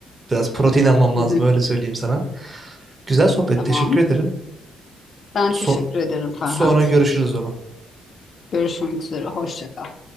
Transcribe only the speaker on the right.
Biraz protein almam lazım
öyle söyleyeyim sana. Güzel sohbet.
Teşekkür ederim.
So-
sonra görüşürüz o zaman.